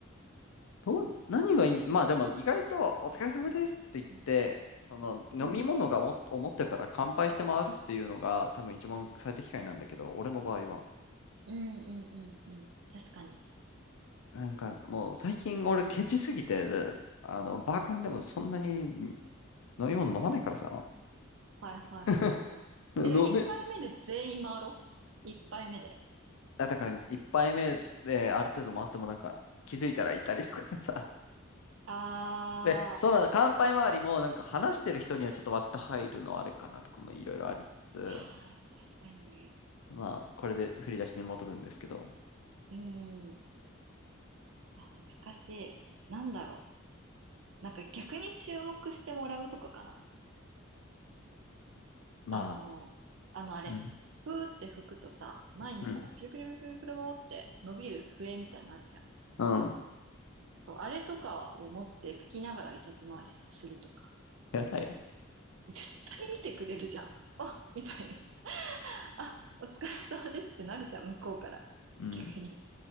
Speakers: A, on the left; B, on the right.
A: どう、何がいい、まあでも意外とお疲れ様ですって言って、
B: うん、
A: その飲み物がも、
B: うん、
A: 思ってたら乾杯して回るっていうのが多分一番最適解なんだけど、俺の場合は。
B: うん、うん、うん。うん確かに。
A: なんかもう最近俺ケチすぎて、あの、バーカンでもそんなに飲み物飲まないからさ。
B: はい、はい、
A: <laughs>
B: はい、はい。
A: 飲め、
B: え、でも一杯目で全員回ろう。1杯目で。
A: あだから一杯目である程度回ってもなんか気づいたらいたりとかさ。
B: あー、
A: で、その乾杯周りもなんか話してる人にはちょっと割って入るのあれかなとかもいろいろありつつ、
B: あー、確かにね。
A: まあ、これで振り出しに戻るんですけど、
B: うん。あ、難しい。なんだろう。なんか逆に注目してもらうとかかな。
A: まあ、
B: あの、あのあれ、
A: うん。
B: ふーって吹くとさ、前にこう、
A: うん、
B: ピルピルピルピルピルピルって伸びる笛みたいなのあるじゃん。
A: うん、
B: そう、あれとかを持って吹きながら一冊回りするとか、
A: やだよ。
B: 絶対見てくれるじゃん。あ、みたいに。あ、お疲れ様ですってなるじゃん、向こうから。
A: うん。
B: 逆に。